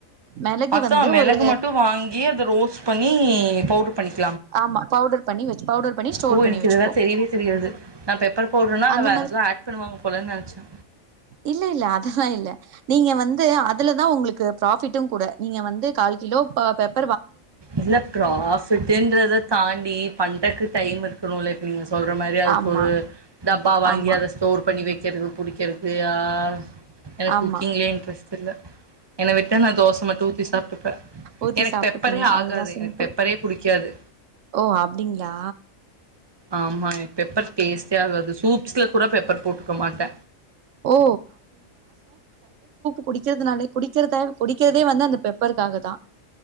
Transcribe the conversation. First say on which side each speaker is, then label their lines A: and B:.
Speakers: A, on the right (about 70°); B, on the right (about 30°).
A: மெளகு
B: அதா
A: வந்து
B: மிளகு
A: ஒரு
B: மட்டு வாங்கி அத ரோஸ்ட் பண்ணி பவுடர் பண்ணிக்க
A: ஆமா பவுடர் பண்ணி வச்சு பவுடர் பண்ணி ஸ்டோர்
B: ஓ
A: பண்ணி
B: எனக்கு
A: வச்சுப்போ
B: இதெல்ல தெரியவே தெரியாது ஓ எனக்கு இதுலா தெரியவே தெரியாது நா பெப்பர் போடுறேன்னா
A: அந்த
B: அ
A: மாதிரி
B: வேற ஏதோ ஆட் பண்ணுவாங்க போலன்னு நெனச்சே
A: இல்ல இல்ல அததுதா இல்ல நீங்க வந்து அதுலதா உங்களுக்கு ப்ராபிட்டு கூட நீங்க வந்து ஆல் கிலோ ப பெப்
B: இல்ல ப்ராஃபிட்டுன்றத தாண்டி பண்றதுக்கு டைம் இருக்கணும்ல இப்ப நீங்க சொல்ற மாரி அதுக்கு
A: ஆமா
B: ஒரு டப்பா வாங்கி
A: ஆமா
B: அத ஸ்டோர் பண்ணி வெக்கிறது புடி க்கெற்து ஆ எனக்கு
A: ஆமா
B: குக்கிங்லயே இன்ட்ரெஸ்ட்டில்ல என்ன விட்டா நா தோச மட்டு ஊத்தி சாப்ட்டுப்ப
A: ஊத்தி
B: எனக்
A: சாப்ட்டுப்பீங்க
B: பெப்பரே
A: அவ்ளோதா
B: ஆகாது
A: சிம்பிள்
B: எனக் பெப்பரே புடிக்காது
A: ஓ அப்டிங்களா
B: ஆமா எனக் பெப்பர் டேஸ்ட்டே ஆகாது சூப்ஸ்ல கூட பெப்பர் போட்டுக்க மாட்ட
A: ஓ குடிக்கெற்துனாலே குடிக்கெற்த குடிக்கெற்தே வந்து அந்த பெப்பருக்காக தா